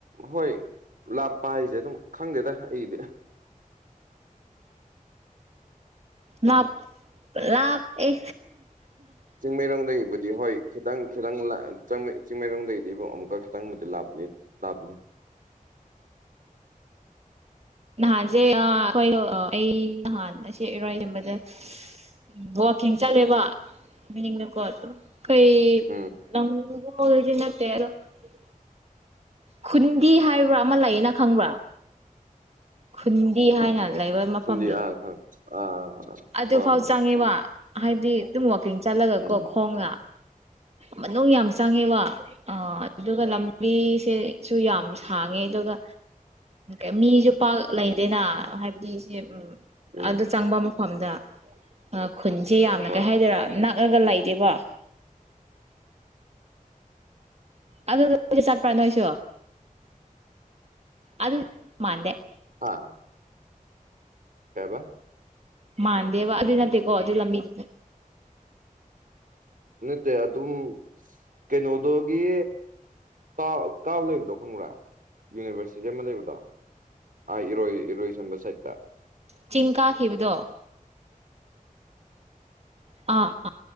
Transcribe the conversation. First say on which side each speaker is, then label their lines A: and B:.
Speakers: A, on the right; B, on the right.
A: ꯍꯣꯏ ꯂꯥꯞ ꯂꯥꯞꯄ ꯍꯥꯏꯁꯦ ꯑꯗꯨꯝ ꯈꯪꯗꯦꯗ ꯑꯩꯒꯤꯗꯤ
B: ꯂꯥꯟ ꯂꯥꯞꯄ‌ꯦ
A: ꯆꯤꯡꯃꯩꯔꯣꯡꯗꯒꯤꯕꯨꯗꯤ ꯍꯣꯏ ꯈꯤꯇꯪ ꯈꯤꯇꯪ ꯆꯤꯡꯃꯩꯔꯣꯡꯗꯒꯤꯗꯤꯕꯨ ꯑꯃꯨꯛꯀ ꯈꯤꯇꯪꯕꯨꯗꯤ ꯂꯥꯞꯄꯅꯤ ꯂꯥꯞ
B: ꯅꯍꯥꯟꯁꯦ ꯑ ꯑꯩꯍꯣꯏꯗ‌ꯣ ꯑꯩ ꯅꯍꯥꯟ ꯁꯤ ꯏꯔ‌ꯣꯏꯁ‌ꯦꯝꯕꯗ ꯎꯝ ꯋꯥꯀꯤꯡ ꯆꯠꯂꯦꯕ ꯃꯅꯤꯡꯅꯀꯣ ꯈ‌ꯣꯏ
A: ꯎꯝ
B: <unintelligible> ꯈꯨꯟꯗꯤ ꯍꯥꯏꯕ꯭ꯔꯥ ꯑꯃ ꯂꯩꯌꯦ ꯅꯪ ꯈꯪꯕ꯭ꯔꯥ ꯈꯨꯟꯗꯤ ꯍꯥꯏꯅ ꯂꯩꯕ ꯃꯐꯝꯗꯣ
A: ꯈꯨꯟꯗꯤ ꯑ ꯈꯪ ꯑꯥ
B: ꯑꯗꯨꯐꯥꯎ
A: ꯍꯣꯏ ꯍꯣꯏ
B: ꯆꯪꯉꯦꯕ ꯍꯥꯏꯗꯤ ꯑꯗꯨꯝ ꯋꯥꯛꯀꯤꯡ ꯆꯠꯂꯒ
A: ꯎꯝ
B: ꯀꯣ ꯈꯣꯡꯅ ꯃꯅꯨꯡ ꯌꯥꯝ ꯆꯪꯉꯦꯕ ꯑꯥ ꯑꯗꯨꯒ ꯂꯝꯕꯤꯁꯦꯁꯨ ꯌꯥꯝ ꯁꯥꯡꯉꯦ ꯑꯗꯨꯒ ꯎꯝ ꯃꯤꯁꯨ ꯄꯥꯛ ꯂꯩꯗꯦꯅ ꯍꯥꯏꯕꯗꯤ ꯁꯤ ꯎꯝ
A: ꯎꯝ
B: ꯑꯗꯨ ꯆꯪꯕ ꯃꯐꯝꯗ ꯈꯨꯟꯁꯦ ꯌꯥꯝꯅ
A: ꯍꯣꯏ
B: ꯀꯩ ꯍꯥꯏꯗꯣꯏꯔ ꯅꯛꯑꯒ ꯂꯩꯗꯦꯕ ꯑꯗꯨ ꯆꯠꯄ꯭ꯔ ꯅꯣꯏꯁꯨ ꯑꯗꯨ ꯃꯥꯟꯗꯦ
A: ꯑ ꯀꯩ ꯍꯥꯏꯕꯥ
B: ꯃꯥꯟꯗꯦꯕ ꯑꯗꯨꯏ ꯅꯠꯇꯦꯀꯣ ꯑꯗꯨ ꯂꯝꯕꯤꯗꯨꯗꯤ
A: ꯅꯠꯇꯦ ꯑꯗꯨ ꯀꯩꯅꯣꯗꯨꯒꯤ ꯀꯥꯎ ꯀꯥꯎ ꯂꯩꯕꯗꯣ ꯈꯪꯕ꯭ꯔꯥ ꯌꯨꯅꯤꯕꯔꯁꯤꯇꯤ ꯑꯃ ꯂꯩꯕꯗꯣ ꯑ ꯏꯔꯣꯏ ꯏꯔꯣꯏꯁꯦꯝꯕꯗ ꯆꯠ
B: ꯆꯤꯡ ꯀꯥꯈꯤꯕꯗꯣ ꯑꯥ ꯑ